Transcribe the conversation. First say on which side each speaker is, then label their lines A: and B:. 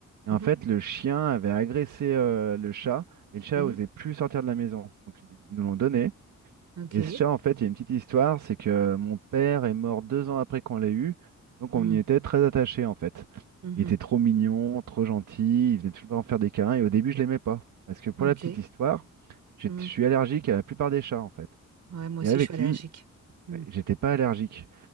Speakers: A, on the right (about 80°); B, on the right (about 70°).
A: Et
B: mhm,
A: en fait, le chien avait agressé euh, le chat et le chat
B: mhm.
A: osait plus sortir de la maison. Donc ils ils nous l'ont donné.
B: Ok.
A: Et ce chat, en fait, il y a une petite histoire, c'est que mon père est mort deux ans après qu'on l'ait eu. Donc
B: Mm,
A: on y était très attachés en fait.
B: mhm.
A: Il était trop mignon, trop gentil, il venait tout le temps faire des câlins et au début, je l'aimais pas parce que pour
B: Ok.
A: la petite histoire, j'ai-
B: Mm.
A: je suis allergique à la plupart des chats en fait.
B: Ouais, moi
A: Et
B: aussi
A: avec
B: je suis allergique.
A: lui,
B: Mm,
A: ouais, j'étais pas allergique.